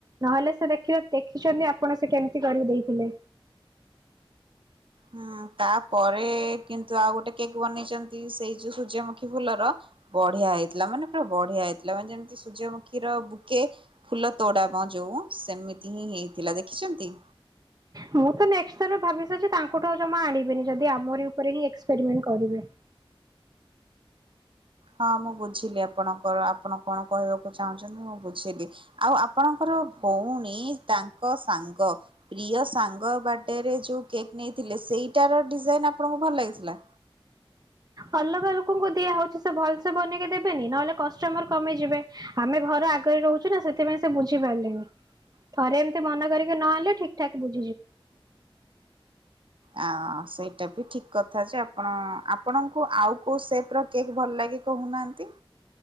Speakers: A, on the right; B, on the right.
A: ନହେଲେ ସେ ଦେଖ ଦେଖିଛନ୍ତି ଆପଣ ସେ କେମିତି କରି ଦେଇଥିଲେ।
B: ହୁଁ ତାପରେ କିନ୍ତୁ ଆଉ ଗୋଟେ କେକ୍ ବନେଇଛନ୍ତି ସେଇ ଯୋଉ ସୂର୍ଯ୍ୟମୁଖୀ ଫୁଲର ବଢିଆ ହେଇଥିଲା ମାନେ ପୁରା ବଢିଆ ହେଇଥିଲା ମାନେ ଯେମିତି ସୂର୍ଯ୍ୟମୁଖୀର ବୁକେ ଫୁଲ ତୋଡାମ ଯୋଉ ସେମିତି ହିଁ ହେଇଥିଲା ଦେଖିଛନ୍ତି?
A: ମୁଁ ତ ନେକ୍ସଟ୍ ଥର ଭାବି ସାରିଛି ତାଙ୍କଠୁ ଜମା ଆଣିବିନି। ଯଦି ଆମରି ଉପରେ ହିଁ ଏକ୍ସପେରିମେଣ୍ଟ କରିବେ।
B: ହଁ ମୁଁ ବୁଝିଲି ଆପଣଙ୍କର ଆପଣ କଣ କହିବାକୁ ଚାହୁଁଛନ୍ତି ମୁଁ ବୁଝିଲି ଆଉ ଆପଣଙ୍କର ଭଉଣୀ ତାଙ୍କ ସାଙ୍ଗ ପ୍ରିୟ ସାଙ୍ଗ ବାର୍ଥଡେରେ ଯୋଉ କେକ୍ ନେଇଥିଲେ ସେଇଟାର ଡିଜାଇନ ଆପଣଙ୍କୁ ଭଲ ଲାଗିଥିଲା?
A: ଅଲଗା ଲୋକଙ୍କୁ ଦିଆ ହଉଛି ସେ ଭଲ ସେ ବନେଇକି ଦେବେନି ନହେଲେ କଷ୍ଟମର କମେଇଯିବେ ଆମେ ଘର ଆଗରେ ରହୁଛୁ ନା ସେଥିପାଇଁ ସେ ବୁଝି ପାରିଲେନି ଥରେ ଏମିତି ମନ କରିକି ନହେଲେ ଠିକ ଠାକ ବୁଝ
B: ହଁ ସେଇ ସେଇଟା ବି ଠିକ କଥା ଯେ ଆପଣ ଆପଣଙ୍କୁ ଆଉ କୋଉ ସେପ ର କେକ୍ ଭଲ ଲାଗେ କହୁନାହାନ୍ତି।